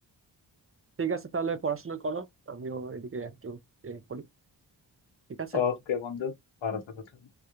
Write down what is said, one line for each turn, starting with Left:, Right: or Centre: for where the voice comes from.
Right: ঠিক আছে তাহলে পড়াশোনা করো আমিও এদিকে একটু এ করি ঠিক আছে
Left: ওকে বন্ধু ভালো থাকো তাহলে।